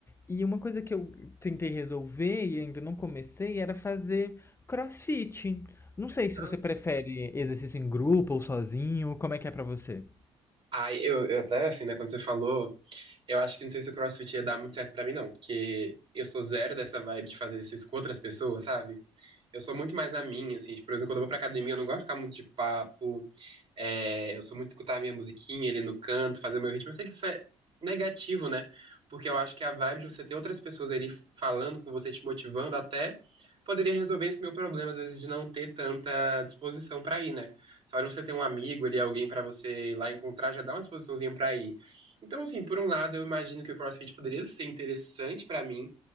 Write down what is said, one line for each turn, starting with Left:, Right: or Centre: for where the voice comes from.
Left: E uma coisa que eu tentei resolver e ainda não comecei era fazer CrossFit. Não sei se
Right: Aham.
Left: você prefere exercício em grupo ou sozinho, como é que é pra você?
Right: Ai, eu, eu até, assim, né, quando você falou. Eu acho que não sei se o CrossFit ia dar muito certo pra mim, não, porque eu sou zero dessa vibe de fazer isso com outras pessoas, sabe? Eu sou muito mais na minha, assim, tipo, por exemplo, quando eu vou pra academia, eu não gosto de ficar muito de papo. É, eu sou muito de escutar a minha musiquinha ali no canto, fazer o meu ritmo. Eu sei que isso é negativo, né? Porque eu acho que a vibe de você ter outras pessoas ali falando com você, te motivando, até poderia resolver esse meu problema, às vezes, de não ter tanta disposição pra ir, né? Só de você ter um amigo ali, alguém pra você ir lá encontrar, já dá uma disposiçãozinha pra ir. Então, assim, por um lado, eu imagino que o CrossFit poderia ser interessante pra mim,